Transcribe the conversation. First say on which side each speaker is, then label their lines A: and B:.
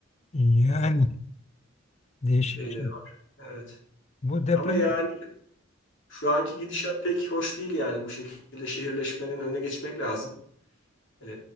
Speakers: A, on the left; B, on the left.
A: Yani
B: e,
A: değişik
B: şeyleri
A: bir şey.
B: var. Evet.
A: Bu deprem
B: Ama yani şu anki gidişat pek hoş değil yani bu şekilde şehirleşmenin önüne geçmek lazım. E,